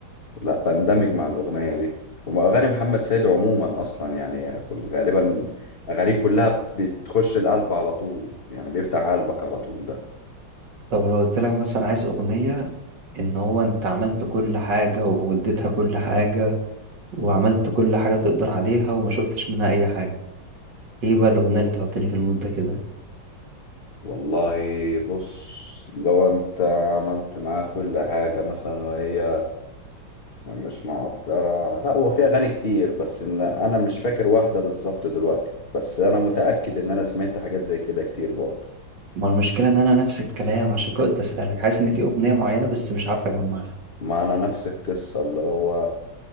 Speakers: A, on the left (about 35°); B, on the right (about 65°).
A: لا بندمج مع الأغنية دي وأغاني محمد سيد عموما أصلا يعني كل غالبا أغانيه كلها بتخش القلب على طول يعني بيفتح قلبك على طول ده
B: طب لو قلت لك مثلا عايز أغنية ان هو انت عملت كل حاجة واديتها كل حاجة وعملت كل حاجة تقدر عليها وما شفتش منها اي حاجة ايه بقى الاغنية اللي تحطني في المود ده كده
A: والله بص لو أنت عملت معاه كل حاجة مثلا وهي مش مقدرة لا هو في أغاني كتير بس إن أنا مش فاكر واحدة بالظبط دلوقتي بس أنا متأكد إن أنا سمعت حاجات زي كده كتير برضه
B: ما المشكلة ان انا نفس الكلام عشان كده قلت اسألك حاسس ان في اغنية معينة بس مش عارف اجمعها
A: معنا نفس القصة اللي هو